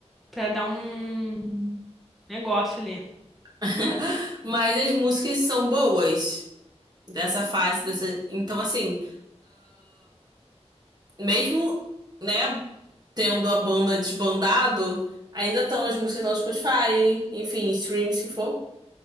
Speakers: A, in the centre; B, on the right (about 35°).
A: pra dar um negócio ali.
B: <laughs> Mas as músicas são boas dessa fase, dessa... Então, assim, mesmo, né, tendo a banda desbandado, ainda estão as músicas lá no Spotify, enfim, streams que for.